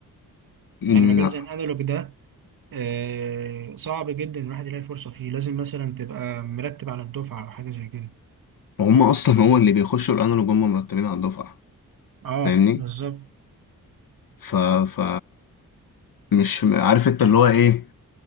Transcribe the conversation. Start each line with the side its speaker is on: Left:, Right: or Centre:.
Left: مم،
Right: يعني مجال
Left: لا
Right: زي الانالوج ده آه، صعب جدا الواحد يلاقي فرصه فيه لازم مثلا تبقى مرتب على الدفعه او حاجه زي كده
Left: هم اصلا هو اللي بيخشوا الانالوج هم مرتبين على الدفعه
Right: اه
Left: فاهمني
Right: بالظبط
Left: ف ف مش م- عارف انت اللي هو ايه